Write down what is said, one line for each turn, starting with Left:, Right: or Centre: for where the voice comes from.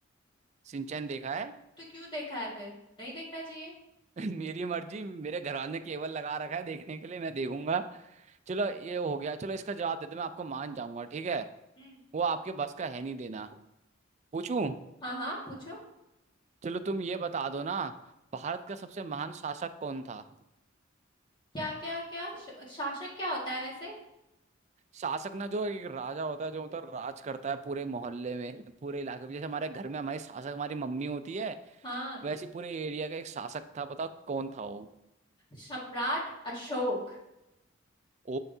Right: सिंचन देखा है
Left: तो क्यों देखा है फिर नहीं देखना चाहिए
Right: <laughs> मेरी मर्जी मेरे घरवाले ने केबल लगा रखा है देखने के लिए मैं देखूंगा चलो ये हो गया चलो इसका जवाब देते मैं आपको मान जाऊंगा ठीक है
Left: हम्म
Right: वो आपके बस का है नहीं देना पूछूं
Left: हाँ हाँ पूछो
Right: चलो तुम ये बता दो ना भारत का सबसे महान शासक कौन था
Left: क्या क्या क्या श- शासक क्या होता है वैसे
Right: शासक ना जो एक राजा होता है जो मतलब राज करता है पूरे मोहल्ले में पूरे इलाके में जैसे हमारे घर में हमारी शासक हमारी मम्मी होती है
Left: हाँ
Right: वैसे ही पूरे एरिया का एक शासक था बताओ कौन था वो
Left: सम्राट अशोक
Right: ओ